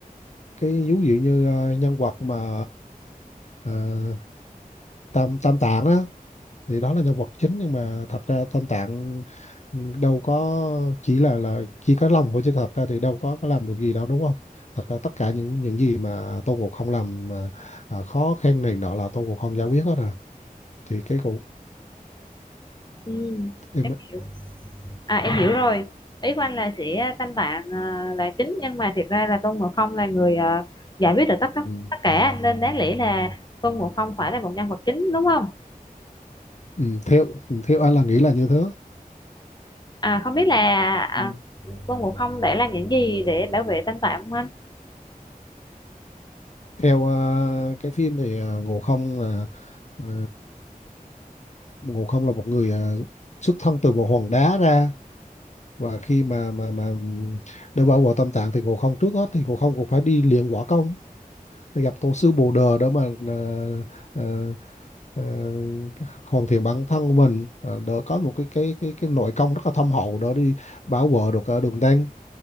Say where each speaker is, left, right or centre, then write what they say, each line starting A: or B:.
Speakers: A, on the left; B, on the left.
A: cái ví dụ như ờ, nhân vật mà ờ, Tam Tam Tạng á thì đó là nhân vật chính nhưng mà thật ra Tam Tạng ừ, đâu có chỉ là là chỉ có lòng thôi chứ thật ra thì đâu có có làm được gì đâu đúng không thật ra tất cả những những gì mà Tôn Ngộ Không làm mà à, khó khăn này nọ là Tôn Ngộ Không giải quyết hết rồi thì cái cụ
B: Ừ,
A: em
B: em hiểu. À em hiểu rồi. Ý của anh là sẽ tam tạng ờ, là chính nhưng mà thiệt ra là Tôn Ngộ Không là người ờ, giải quyết được tất tất
A: ừ.
B: tất cả nên đáng lẽ là Tôn Ngộ Không phải là một nhân vật chính đúng không?
A: ừ, theo ừ, theo anh là nghĩ là như thế
B: À không biết là à,
A: Ừ.
B: Tôn Ngộ Không đã làm những gì để bảo vệ tam tạng không anh?
A: theo ờ, cái phim thì ờ, Ngộ Không là ờ, Ngộ Không là một người ờ, xuất thân từ một hòn đá ra và khi mà mà mà để vào quả tâm tạng thì Ngộ Không trước hết thì Ngộ Không cũng phải đi luyện võ công gặp tổ sư Bồ Đờ đó mà à, à, à, hoàn thiện bản thân của mình ờ, đỡ có một cái cái cái cái nội công rất là thâm hậu đỡ đi bảo vệ được ờ, đường tăng